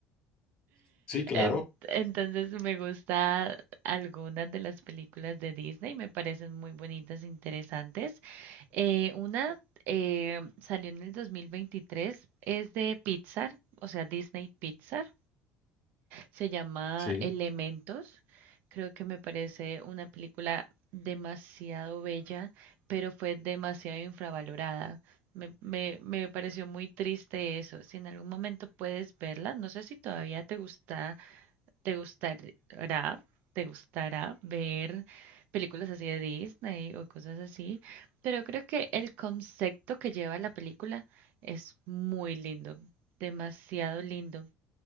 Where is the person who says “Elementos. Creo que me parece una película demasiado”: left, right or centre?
Right